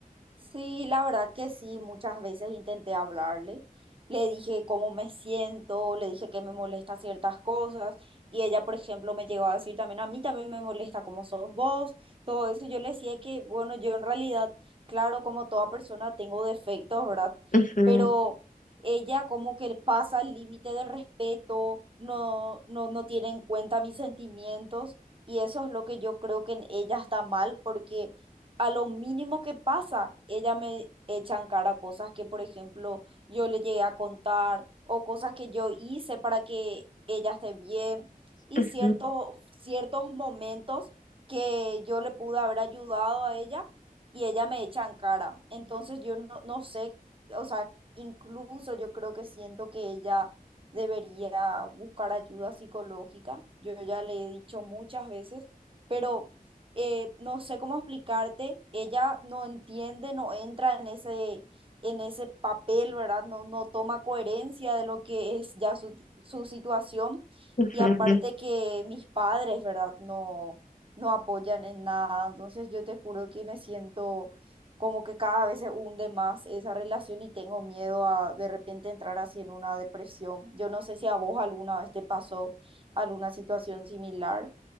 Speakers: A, on the right (about 35°); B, on the left (about 60°).
A: Sí, la verdad que sí, muchas veces intenté hablarle. Le dije cómo me siento, le dije que me molesta ciertas cosas y ella, por ejemplo, me llegó a decir también, a mí también me molesta cómo sos vos, todo eso. Yo le decía que, bueno, yo en realidad, claro, como toda persona tengo defectos, ¿verdad?
B: Ujú,
A: Pero ella como que pasa el límite del respeto, no, no, no tiene en cuenta mis sentimientos y eso es lo que yo creo que en ella está mal porque a lo mínimo que pasa, ella me echa en cara cosas que, por ejemplo, yo le llegué a contar o cosas que yo hice para que ella esté bien y
B: ujú,
A: ciertos, ciertos momentos que yo le pude haber ayudado a ella y ella me echa en cara. Entonces yo no, no sé, o sea, incluso yo creo que siento que ella debería buscar ayuda psicológica. Yo ya le he dicho muchas veces, pero eh, no sé cómo explicarte, ella no entiende, no entra en ese, en ese papel, ¿verdad? No, no toma coherencia de lo que es ya su, su situación.
B: ujú.
A: Y aparte que mis padres, ¿verdad? No, no apoyan en nada. Entonces yo te juro que me siento como que cada vez se hunde más esa relación y tengo miedo a de repente entrar así en una depresión. Yo no sé si a vos alguna vez te pasó alguna situación similar.